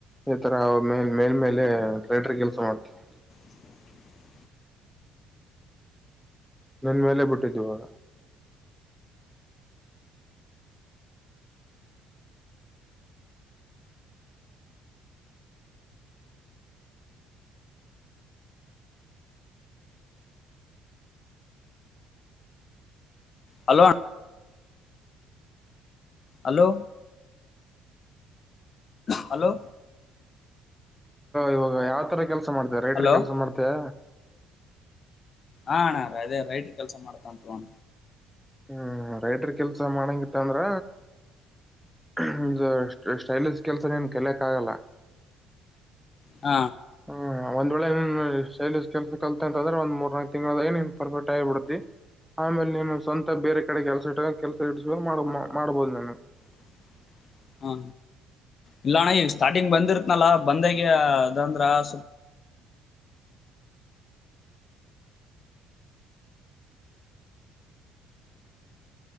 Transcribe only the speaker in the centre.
ಈ ತರ ಮೇಲ್ ಮೇಲ್ ಮೇಲೆ ರಟ್ರೈಡರ್ ಕೆಲ್ಸ ಮಾಡ್ತೇವಿ
ನನ್ ಮೇಲೆ ಬಿಟ್ಟಿದ್ದುುವಾಗ
ಇವಾಗ ಯಾವ್ತರ ಕೆಲ್ಸ ಮಾಡ್ತೇ ರೈಟರ್
ಕೆಲ್ಸ ಮಾಡ್ತಯ
ಹ್ಮ್ ರೈಡರ್ ಕೆಲ್ಸ ಮಾಡಂಗಿತ್ತ ಅಂದ್ರ ಈ ಸ್ಟೈಲಿಶ್ ಕೆಲಸ ನೀನು ಕಲಿಯೋಕೆ ಆಗಲ್ಲ
ಹ್ಮ್ ಒಂದ್ ವೇಳೆ ಸೈಲಸ್ ಕೆಲ್ಸ ಕಲ್ತ ಅಂತಂದ್ರೆ ಒಂದ್ ಮೂರ್ನಾಲ್ಕಕ್ ತಿಂಗಳಲ್ಲೆ ನೀನು ಪರ್ಫೆಸ್ಟ್ ಆಗಿಬಿಡ್ತಿ ಆಮೇಲೆ ನೀನು ಸ್ವಂತ ಬೇರೆ ಕಡೆ ಕೆಲಸ ಇಟ್ಟ ಕೆಲ್ಸ ಇಸ ಮಾಡ ಮಾಡ್ಬೋದು ನ ನೀ.